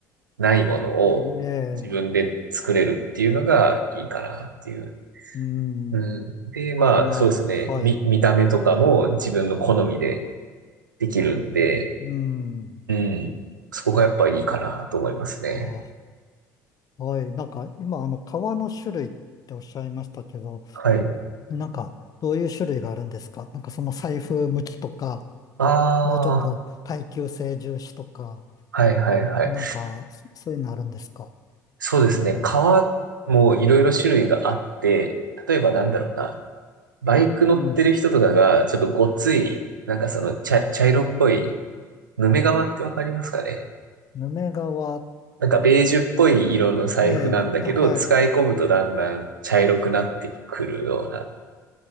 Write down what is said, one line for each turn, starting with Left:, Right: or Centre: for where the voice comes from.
Right: ないものを自分で作れるっていうのがいいかなっていう。
Left: んええ、うん、
Right: うん。で、まあ、
Left: いや、はい。
Right: そうですね。見、見た目とかも自分の好みでできるんで、
Left: ねうん、
Right: うん。そこがやっぱいいかなと思いますね。
Left: あ、はい。なんか、今、あの、革の種類っておっしゃいましたけど、
Right: はい。
Left: なんか、どういう種類があるんですかなんか、その財布向きとか、
Right: ああ、
Left: もうちょっと耐久性重視とか、
Right: はいはいはい。
Left: なんか、そそういうのあるんですか
Right: そうですね。
Left: うん、
Right: 革もいろいろ種類があって、例えばなんだろうな。バイク乗ってる人とかが、
Left: うん。
Right: ちょっとごっつい、なんかその茶、茶色っぽい、ヌメ革ってわかりますかね
Left: ヌメ革って、
Right: なんかベージュっぽい色の財布なんだけど、
Left: ええ、あはい。
Right: 使い込むとだんだん茶色くなってくるような、